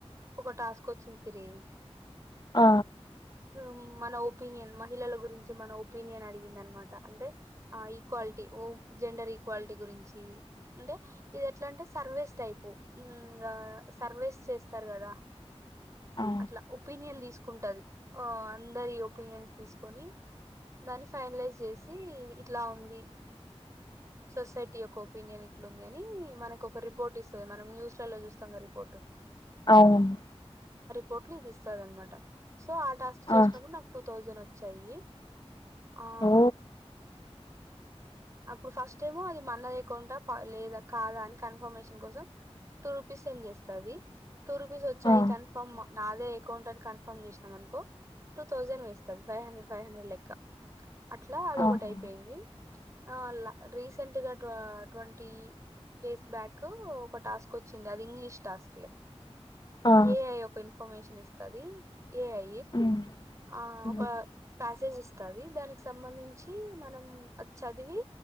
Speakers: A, on the right (about 30°); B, on the left (about 40°).
A: ఒక టాస్క్ వచ్చింది సిరి
B: ఆ
A: హ్మ్ మన ఒపీనియన్ మహిళల గురించి మన ఒపీనియన్ అడిగిందనమాట అంటే ఆ ఈక్వాలిటీ ఓమ్ జెండర్ ఈక్వాలిటీ గురించి అంటే ఇది ఎట్లా అంటే సర్వేస్ టైపు ఇంగ సర్వేస్ చేస్తారు కదా
B: ఆ
A: అట్లా ఒపీనియన్ తీసుకుంటది అందరి ఒపీనియన్స్ తీసుకొని దాన్ని ఫైనలైజ్ చేసి ఇట్లా ఉంది సొసైటీ యొక్క ఒపీనియన్ ఏంది ఇట్లు ఉంది అని మనకు ఒక రిపోర్ట్ ఇస్తాది మనం న్యూస్ ల లో చూస్తాం కదా రిపోర్ట్
B: అవును
A: పోట్లీ దిస్తారమాట సో ఆ టాస్క్ చేసినప్పుడు
B: ఆ
A: నాకు టూ థౌజండ్ వచ్చాయి ఆ
B: ఓ
A: అప్పుడు ఫస్ట్ టేమో అది మా అన్నయ్య అకౌంట్ ఆ పడలేద కాదా అని కన్ఫర్మేషన్ కోసం టూ రూపీస్ సెండ్ చేస్తాది టూ రూపీస్ వచ్చాయి
B: ఆ
A: కన్ఫామ్ నాదే అకౌంట్ అని కన్ఫామ్ చేస్ అనుకో టూ థౌజండ్ వస్తాది ఫైవ్ హండ్రెడ్ ఫైవ్ హండ్రెడ్ లెక్క అట్లా అది ఒకటి
B: ఆహా
A: అయిపోయింది ఆ రీసెంట్ గా ట్వంటీ డేస్ బ్యాక్ ఒక టాస్క్ వచ్చింది అది ఇంగ్లీష్ టాస్క్ లే
B: ఆ
A: ఏఐ ఒక ఇన్ఫర్మేషన్ ఇస్తాది ఏఐ
B: ఉమ్
A: ఆ
B: ఉమ్
A: ఒక ప్యాసేజ్ ఇస్తది దానికి సంబంధించి మనం చదివి